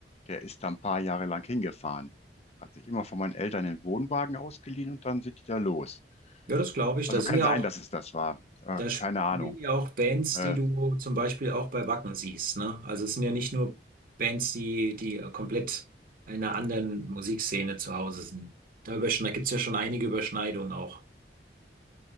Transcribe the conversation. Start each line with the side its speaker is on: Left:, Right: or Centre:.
Left: der ist da ein paar Jahre lang hingefahren. Hat sich immer von meinen Eltern den Wohnwagen ausgeliehen und dann sind die da los.
Right: Ja, das glaube ich.
Left: Also
Right: Da sind
Left: kann
Right: ja
Left: sein,
Right: auch,
Left: dass es das war. Äh,
Right: da spielen
Left: keine Ahnung.
Right: ja auch Bands,
Left: Äh,
Right: die du zum Beispiel auch bei Wacken siehst, ne? Also es sind ja nicht nur Bands, die, die äh, komplett in einer anderen Musikszene zu Hause sind. Da überschne gibt ja schon einige Überschneidungen auch.